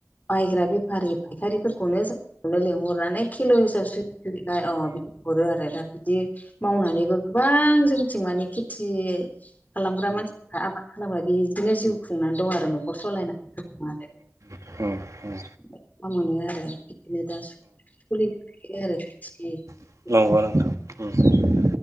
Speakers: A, on the left (about 35°); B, on the right (about 85°).
A: बायग्रा बेफारि फायखारिफोरखौनो जों खौनो लिंहरनानै खिल' हिसाबै सुयो अ बिदि हरो आरो दा बिदि मावनानैबो गोबां जोंथिं माने खेथि खालामग्रा मानसिफ्रा आबाद खालामग्रा बिदिनो जिउ खुंनानै दं आरो न'खर सलायनानै <unintelligible>
B: अ अ
A: <unintelligible>
B: नंगौ नोंथां उम